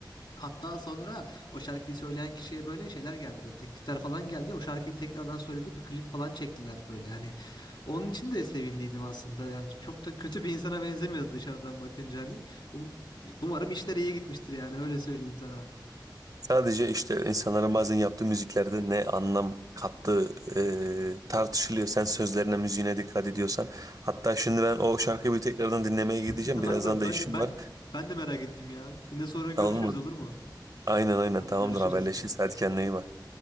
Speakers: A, on the left; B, on the right.
A: Hatta sonra o şarkıyı söyleyen kişiye böyle şeyler geldi böyle teklifler falan geldi. O şarkıyı tekrardan söyledi bir klip falan çektiler böyle. Hani onun için de sevindiydim aslında. Yani çok da kötü bir insana benzemiyordu dışarıdan bakınca hani. Um- umarım işleri iyi gitmiştir yani öyle söyleyeyim sana.
B: Sadece işte insanların bazen yaptığı müziklerde ne anlam kattığı e, tartışılıyor. Sen sözlerine, müziğine dikkat ediyorsan. Hatta şimdi ben o şarkıyı bir tekrardan dinlemeye gideceğim.
A: <laughs> Harbiden
B: Birazdan da
A: ben
B: işim
A: de ben
B: var.
A: ben de merak ettim ya. Yine sonra görüşürüz
B: Tamam mı?
A: olur mu?
B: Aynen aynen
A: Hadi
B: tamamdır
A: görüşürüz.
B: haberleşiriz. Hadi kendine iyi bak.